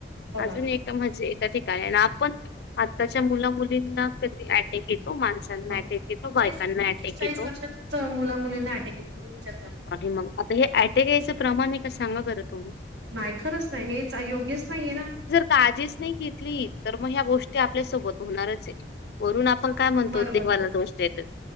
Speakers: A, on the right; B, on the left.
A: बघा
B: अजून एक म्हणजे ए ठिकाणी आणि आपण आताच्या मुला मुलींना कधी अटॅक येतो मा
A: मग
B: टेक तो
A: मग
B: बायकांना
A: तेच सांगते
B: अटॅक
A: तीस चाळीस
B: येतो
A: वर्षातच मुला मुलींना अटक येत म्हणजे विचार कर
B: आणि मग आता हे टेक यायचं प्रमाण आहे का सांगा बरं तुम्ही
A: नाही खरंच नाही हेच योग्यच नाहीये ना
B: ताजीच नाही घेतली तर मग ह्या गोष्टी आपल्यासोबत होणारच आहेत वरून आपण काय म्हणतो
A: बरोबर
B: देवाला दोष देत